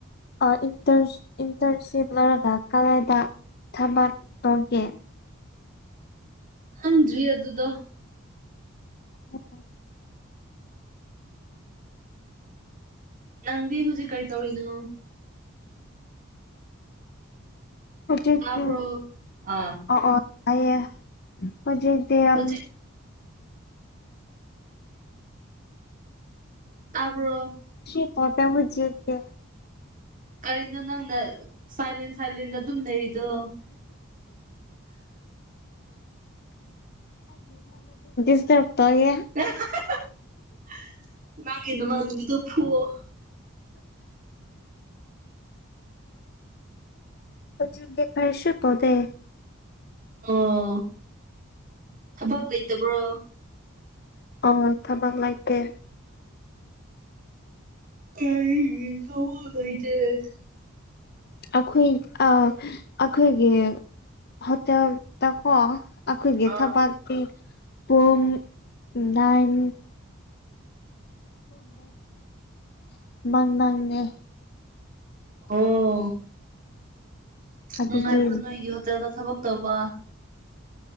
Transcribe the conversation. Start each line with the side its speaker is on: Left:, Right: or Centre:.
Left: ꯑꯥ ꯏꯟꯇꯔ ꯏꯟꯇꯔꯟꯁꯤꯞ ꯂꯧꯔꯒ ꯀꯗꯥꯏꯗ ꯊꯥꯕꯥꯠ ꯇꯧꯒꯦ
Right: ꯈꯪꯗ꯭ꯔꯤ ꯑꯗꯨꯗꯣ
Left: <inaudible>
Right: ꯅꯪꯗꯤ ꯍꯧꯖꯤꯛ ꯀꯔꯤ ꯇꯧꯔꯤꯅꯣ
Left: ꯍꯧꯖꯤꯛꯇ
Right: ꯇꯥꯕ꯭ꯔꯣ ꯑꯥ
Left: <unintelligible> ꯍꯧꯖꯤꯛꯇ ꯌꯥꯝ
Right: ꯍꯧꯖꯤꯛ ꯊꯥꯕꯣ
Left: <unintelligible> ꯍꯧꯖꯤꯠꯇꯦ
Right: ꯀꯔꯤꯅꯣ ꯅꯪꯅ ꯁꯥꯏꯂꯦꯟ ꯁꯥꯏꯂꯦꯟꯗ ꯑꯗꯨꯝ ꯂꯩꯔꯤꯗꯣ
Left: <unintelligible> <unintelligible> ꯇꯣꯑꯦ
Right: <unintelligible> ꯅꯃꯥꯅꯕꯤꯗꯣ ꯐꯨꯑꯣ
Left: <unintelligible> ꯀꯔꯁꯨꯇꯧꯗꯦ
Right: ꯑꯣ ꯊꯕꯛ ꯂꯩꯇꯕ꯭ꯔꯣ
Left: <unintelligible> ꯊꯕꯛ ꯂꯩꯏꯇꯦ
Right: <unintelligible>
Left: ꯑꯩꯈꯣꯏ ꯑꯥ ꯑꯩꯈꯣꯏꯒꯤ ꯍꯣꯇꯦꯜꯇꯥꯀꯣ ꯑꯩꯈꯣꯏꯒꯤ
Right: ꯑꯥ
Left: ꯊꯕꯥꯤ ꯄꯨꯡ ꯅꯥꯏꯟ <unintelligible> ꯃꯪ ꯅꯪꯅꯦ
Right: ꯑꯣ
Left: ꯑꯗꯨꯗꯤ
Right: ꯅꯨꯡꯉꯥꯏꯕ꯭ꯔꯣ ꯅꯣꯏꯒꯤ ꯍꯣꯇꯦꯜꯗ ꯊꯕꯛ ꯇꯧꯕ